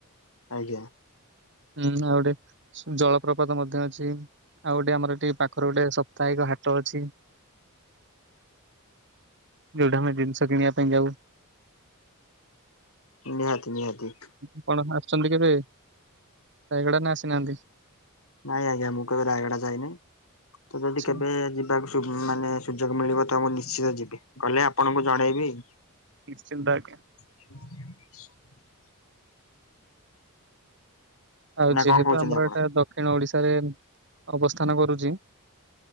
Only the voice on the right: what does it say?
ହୁଁ ଆଉଡେ ସୁ ଜଳପ୍ରପାତ ମଧ୍ୟ ଅଛି, ଆଉ ଗୋଟେ ଆମର ଏଠି ପାଖରେ ଗୋଟେ ସାପ୍ତାହିକ ହାଟ ହାଟ ଅଛି ଯୋଉଠା ଆମେ ଜିନିଷ କିଣିବା ପାଇଁ ଯାଉ।
ଆପଣ ଆସିଛନ୍ତି କେବେ ରାୟଗଡା ନା ଆସିନାହାନ୍ତି।
ଆଚ୍ଛା
ନିଶ୍ଚିନ୍ତ ଆଜ୍ଞା।
ଆଉ
ଯେହେତୁ
ଆମର
ଏଟା ଦକ୍ଷିଣ ଓଡିଶାରେ ଅବସ୍ଥାନ କରୁଛି।